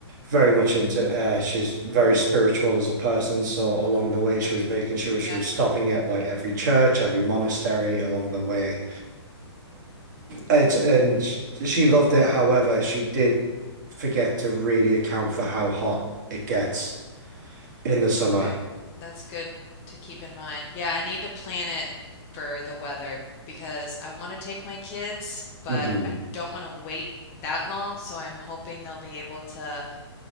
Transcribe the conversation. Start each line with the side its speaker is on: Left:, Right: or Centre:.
Right: very much into uh she's very spiritual as a person, so along the way she
Left: okay.
Right: was making sure she
Left: Yeah.
Right: was stopping at like every church, every monastery along the way. It's and sh- she loved it. However, she did forget to really account for how hot it gets in the summer.
Left: Okay, that's good to keep in mind. Yeah, I need to plan it for the weather because I want to take my kids, but
Right: hmm
Left: I don't want to wait that long. So I'm hoping they'll be able to